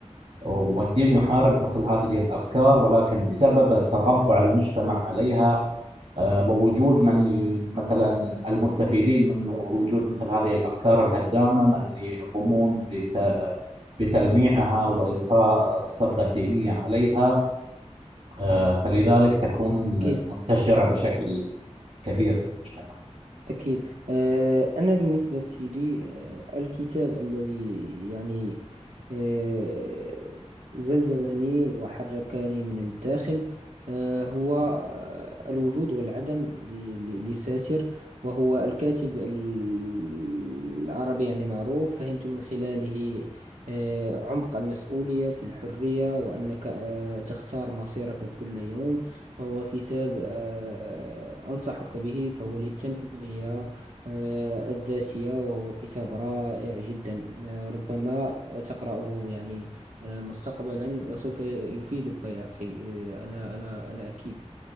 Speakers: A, on the right; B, on the right.
A: والدين يحارب مثل هذه الأفكار ولكن بسبب تطبع المجتمع عليها آه، ووجود من ي- مثلا المستفيدين من وجود مثل هذه الأفكار الهدامة من يقومون بت- بتلميعها وإضفاء الصبغة الدينية عليها آه، فلذلك تكون
B: أكيد
A: منتشرة بشكل كبير مجتمع.
B: أكيد آه، أنا بالنسبة لي آه، الكتاب الذي يعني آه، زلزلني وحركني من الداخل آه، هو آه، الوجود والعدم ل- ل- لساتر وهو الكاتب ال- العربي يعني معروف فهمت من خلاله آه، عمق المسؤولية في الحرية وأنك آه، تختار مصيرك كل يوم فهو كتاب آه، أنصحك به فهو للتنمية آه، الذاتية وهو كتاب رائع جدا آه، ربما تقرأه يعني آه، مستقبلا وسوف يفيدك يا أخي آه، أنا أنا أنا أكيد